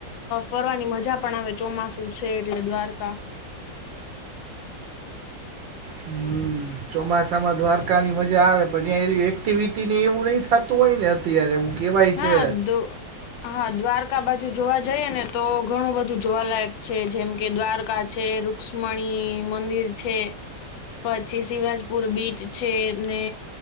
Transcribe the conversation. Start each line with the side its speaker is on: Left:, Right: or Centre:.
Left: ફરવાની મજા પણ આવે ચોમાસું છે એટલે દ્વારકા
Right: હમ ચોમાસામાં દ્વારકા ની મજા આવે પણ ત્યાં એક્ટિવિટી એવું નહી થતું હોય ને અત્યારે કહેવાય
Left: હા
Right: છે
Left: દો. હા દ્વારકા બાજુ જોવા જઈએ ને તો ઘણું બધું જોવાલાયક છે જેમ કે દ્વારકા છે. રુક્ષ્મણી મંદિર છે. પછી શિવરાજપુર બીચ છે ને